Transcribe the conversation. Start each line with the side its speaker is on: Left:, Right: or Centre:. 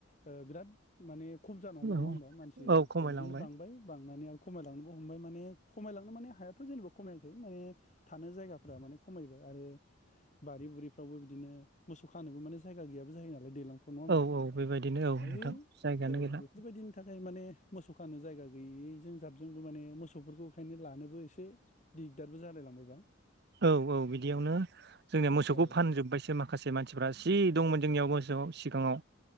Left: ओ बिराद माने खम जानो हमबाय
Right: औ
Left: नंङा होमबा मानसिफ्रा
Right: औ खमायलांबाय
Left: बिदिनो बांबाय बांनानै आ खमायलांनोबो हमबाय माने खमायलांनो माने हायाथ' जेनेबा खमायाखै माने थानो जायगाफ्रा माने खमायबाय आरो बारि बुरिफ्रावबो बिदिनो मोसौ खानोबो माने जायगा गैयाबो जायो नालाय दैलां नंङा होमबा
Right: औ औ बेबायदिनो औ
Left: दा
Right: नोंथां
Left: बे
Right: जायगायानो
Left: औ
Right: गैला
Left: बेफोरबायदिनि था फ्राय माने मोसौ खानो जायगा गैयैजों जाबजोंबो माने मोसौफोरखौ ओंखायनो लानोबो एसे दिगदारबो जालाय लांबायबा
Right: औ औ बिदियावनो जोंनिया मोसौखौ
Left: औ
Right: फानजोबबायसो माखासे मानसि मुफ्रा सि दंमोन जोंनियाव मोसौआव सिंगाङाव